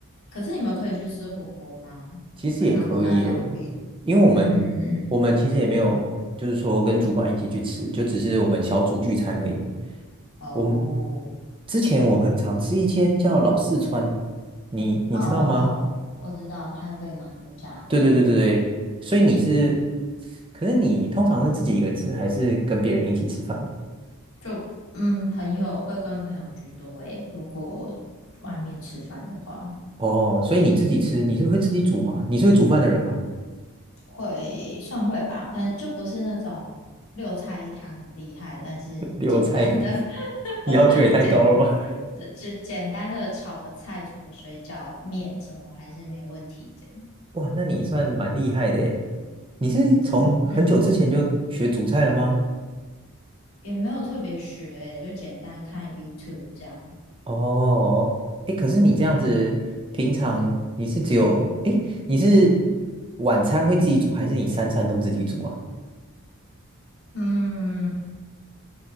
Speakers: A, on the left (about 70°); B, on the right (about 25°).
A: 可是你们可以去吃火锅吗？
B: 其实也可以诶，
A: 好像不太方便。
B: 因为我们我们其实也没有，
A: 嗯嗯嗯，
B: 就是说跟主管一起去吃，就只是我们小组聚餐而已。
A: 哦，
B: 我们之前我很常吃一间叫老四川，你你知道吗？
A: 哦哦哦，我知道台北蛮多家的，
B: 对对对对对，所以你是，可是你通常是自己一个人吃，还是跟别人一起吃饭啊
A: 就嗯，朋友会跟朋友居多诶，如果外面吃饭的话。
B: 哦，所以你自己吃，你是会自己煮吗？你是会煮饭的人吗？
A: 会算会吧，但就不是那种六菜一汤很厉害，但是简单的
B: 留菜 <laughs>
A: <laughs>
B: 要求也太高了吧？
A: 简就简单的炒个菜、煮个水饺、面什么还是没问题的。
B: <laughs> 哇，那你算蛮厉害的诶。你是从很久之前就学煮菜了吗？
A: 这嗯嗯也没有特别学欸，就简单看 YouTube 这样。
B: 哦，哎，可是你这样子，平常你是只有，哎，你是晚餐会自己煮，还是你三餐都自己煮啊？
A: 嗯，